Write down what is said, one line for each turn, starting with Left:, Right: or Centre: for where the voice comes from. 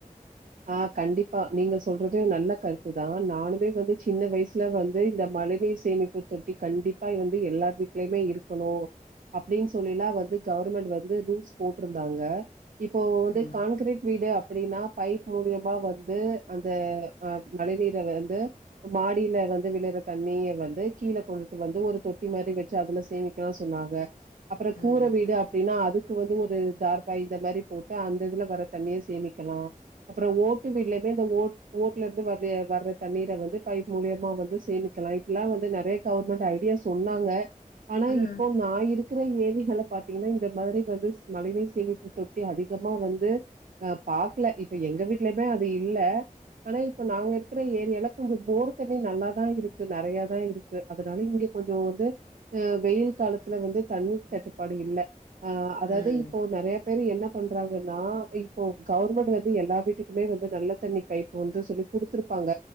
Right: ஆ கண்டிப்பா நீங்க சொல்றது நல்ல கருத்துதா நானுமே வந்து சின்ன வயசு ல வந்து இந்த மழைநீர் சேமிப்பு தொட்டி கண்டிப்பா வந்து எல்லார் வீட்லையுமே இருக்கணு அப்படின் சொல்லிலா வந்து கவர்மெண்ட் வந்து ரூல்ஸ் போட்ருந்தாங்க இப்போ வந்து
Left: ம்
Right: கான்கிரீட் வீடு அப்டின்னா மூலியமா வந்து அந்த அ மழை நீர வந்து மாடியில வந்து விழுற தண்ணிய வந்து கீழே கொண்டுட்டு வந்து ஒரு தொட்டி மாதிரி வச்சு அதுல சேமிக்கலா சொல்வாங்க அப்புறோ
Left: ம்
Right: கூரை வீடு அப்டின்னா அதுக்கு வந்து ஒரு தார்பாய் இந்த மாதிரி போட்டு அந்த இதுல வர தண்ணியே சேமிக்கலா அப்புற ஓட்டு விடுலையுமே இந்த ஓ ஓட்டுல இருந்து வர்ற தண்ணீரை வந்து பைப் மூலியமா வந்து சேமி கி லைஃப் லாங் வந்து நெறைய கவர்மெண்ட் ஐடியா சொன்னாங்க ஆனா
Left: ம்
Right: இப்போ நா இருக்கிற ஏணிகள பாத்தீங்கனா இந்த மாதிரி வந்து ஸ் மழைநீர் சேமிப்பு தொட்டி அதிகமா வந்து அ பாக்கல இப் ப எங்க வீட்லயுமே அது இல்ல ஆனா இப்ப நாங்க இருக்கிற ஏரியால கொஞ்சோ போர் தண்ணி நல்லா தான் இருக் கு நெறைய தா இருக்கு அதுனால இங்க கொஞ்சோ வந்து அ வெயில் காலத்துல வந்து தண்ணீர் தட்டுப்பா டு இல்ல அ அதாவ்து
Left: ம்
Right: இப்போ நெறைய பேரு என்ன பண்றாங்கனா இப்போ கவுர்மெண்ட் வந் து எல்லா வீட்டுக்குமே வந்து நல்ல தண்ணி பைப்பு வந்து சொல்லி குடுத்துருப்பாங்க